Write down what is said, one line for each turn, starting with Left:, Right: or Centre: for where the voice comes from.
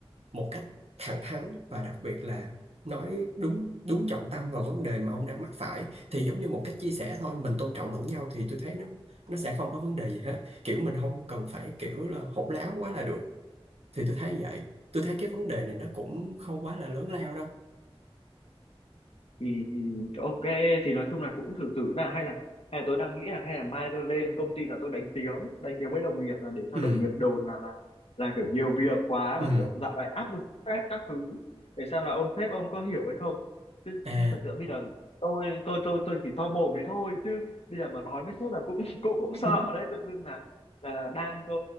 Right: một cách thẳng thắn và đặc biệt là nói đúng đúng trọng tâm vào vấn đề mà ông đang mắc phải thì giống như một cách chia sẻ thôi mình tôn trọng lẫn nhau thì tôi thấy nó nó sẽ không có vấn đề gì hết kiểu mình không cần phải kiểu là hỗn láo quá là được thì tôi thấy vậy tôi thấy cái vấn đề này nó cũng không quá là lớn lao đâu
Left: thì ok thì nói chung là cũng thử thử là hay là hay là tôi đang nghĩ là hay là mai tôi lên công ty là tôi đánh tiếng đánh tiếng với đồng nghiệp là để cho
Right: ừ
Left: đồng nghiệp đồn là là là kiểu nhiều việc quá
Right: ừ
Left: mà kiểu dạo này áp lực stress các thứ để xem là ông sếp ông có hiểu hay không chứ
Right: à
Left: ừ, thật sự bây giờ tôi tôi tôi tôi chỉ to mồm đấy thôi chứ bây giờ mà nói với sếp là cũng <laughs> cũng cũng
Right: <laughs>
Left: sợ đấy tự dưng là là là đang có